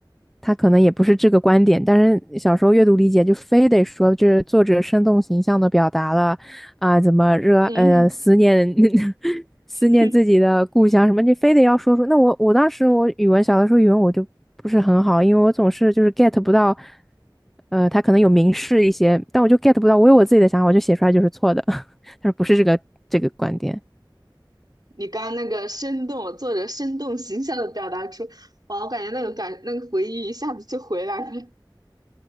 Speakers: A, in the centre; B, on the right (about 55°).
A: 他可能也不是这个观点，但是小时候阅读理解就非得说这作者生动形象的表达了啊，怎么热呃思念
B: 嗯，
A: <laughs> 思念自己的故乡什么，
B: <laughs>
A: 你非得要说出。那我我当时我语文小的时候语文我就不是很好，因为我总是就是 get 不到，呃，他可能有明示一些，但我就 get 不到，我有我自己的想法，我就写出来就是错的，<laughs> 他说不是这个这个观点。
B: 你刚刚那个生动，作者生动形象的表达出，哇，我感觉那个感，那个回忆一下子就回来了。